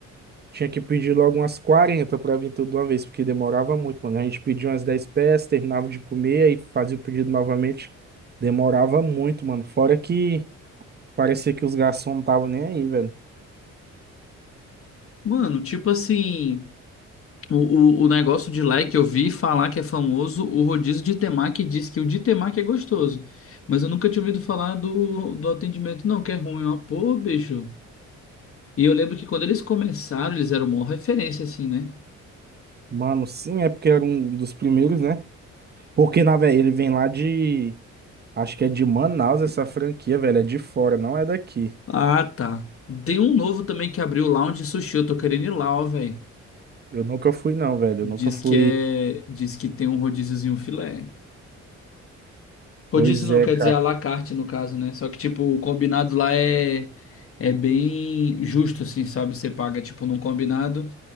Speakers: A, on the right; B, on the left.
A: tinha que pedir logo umas 40 pra vir tudo de uma vez, porque demorava muito, mano. A gente pedia umas 10 peças, terminava de comer, aí fazia o pedido novamente. Demorava muito, mano. Fora que parecia que os garçons não estavam nem aí, velho.
B: Mano, tipo assim. O, o, o negócio de lá é que eu vi falar que é famoso o rodízio de temaki diz que o de temaki é gostoso. Mas eu nunca tinha ouvido falar do, do atendimento, não, que é ruim, ó. Pô, bicho. E eu lembro que quando eles começaram, eles eram uma referência, assim, né?
A: Mano, sim, é porque era um dos primeiros, né? Porque, na verdade, ele vem lá de. Acho que é de Manaus essa franquia, velho. É de fora, não é daqui.
B: Ah, tá. Tem um novo também que abriu Lounge Sushi. Eu tô querendo ir lá, ó, velho.
A: Eu nunca fui, não, velho.
B: Diz
A: Eu nunca fui.
B: que é. Diz que tem um rodíziozinho filé. Rodízio
A: Pois
B: não,
A: é,
B: quer
A: cara.
B: dizer à la carte, no caso, né? Só que, tipo, o combinado lá é. É bem justo, assim, sabe? Você paga, tipo, num combinado.